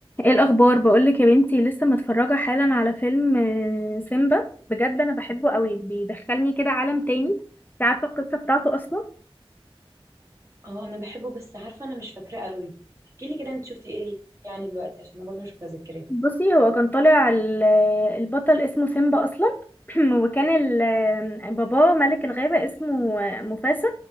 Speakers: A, on the left; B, on the right.
A: ايه الاخبار بقولك يا بنتي لسه متفرجه حالا على فيلم آه، سيمبا بجد انا بحبه قوي بيدخلني كده عالم تاني انت عارفه القصه بتاعته اصلا
B: اه انا بحبه بس عارفه انا مش فاكراه قوي احكي لي كده انت شفتي ايه يعني دلوقتي عشان انا برضو مش متذكراه
A: بصي هو كان طالع ال- البطل اسمه سيمبا اصلا <clears throat> وكان ال- باباه ملك الغابة اسمه مفاسا